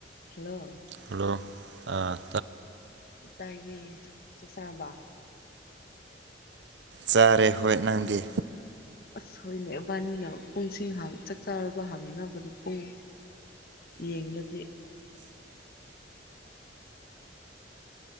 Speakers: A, on the left (about 55°); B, on the right (about 70°).
A: ꯍꯜꯂꯣ
B: ꯍꯜꯂꯣ ꯑ
A: ꯇꯥꯏꯒꯤ ꯆꯛ ꯆꯕ
B: ꯆꯥꯔꯦ ꯍꯣꯏ ꯅꯪꯗꯤ
A: ꯑꯁ ꯍꯣꯏꯅꯦ ꯏꯕꯥꯅꯤꯅ ꯄꯨꯡꯁꯤꯡ ꯍꯪ ꯆꯥꯛ ꯆꯥꯔꯕ ꯍꯪꯅꯕꯗ ꯄꯨꯡ ꯌꯦꯡꯂꯗꯤ